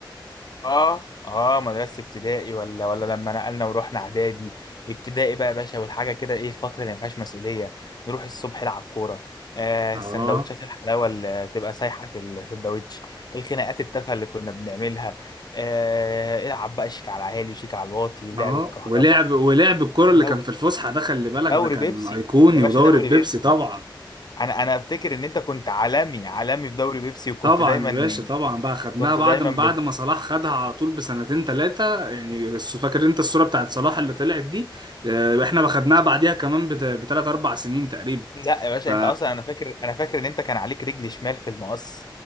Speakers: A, on the left; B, on the right.
A: اه اه مدرسة ابتدائي ولا ولا لما نقلنا ورحنا اعدادي ابتدائي بقى يا باشا والحاجة كده ايه الفترة اللي ما فيهاش مسؤولية نروح الصبح نلعب كورة آه
B: اه
A: السندوتشات الحلاوة اللي تبقى سايحة في السندوتش الخناقات التافهة اللي كنا بنعملها آه العب بقى شيك على عالي وشيك على الواطي ولعبة
B: اه
A: كهربا
B: ولعب ولعب الكرة
A: ودوري
B: اللي كان في الفسحه ده خلي بالك
A: دوري
B: ده كان
A: بيبسي
B: ايقوني
A: يا باشا
B: ودوري
A: دوري
B: البيبسي
A: بيبسي
B: طبعا
A: انا انا افتكر ان انت كنت عالمي عالمي في دوري بيبسي وكنت
B: طبعا
A: دايما
B: يا باشا طبعا بقى خدناها
A: كنت
B: بعد
A: دايما
B: ما بعد ما صلاح خدها على طول بسنتين ثلاثه يعني الص- فاكر انت الصوره بتاعت صلاح اللي طلعت دي آه، احنا خدناها بعديها كمان بثلاث اربع سنين تقريبا
A: لا يا باشا
B: ف
A: انت اصلا انا فاكر انا فاكر ان انت كان عليك رجل شمال في المقص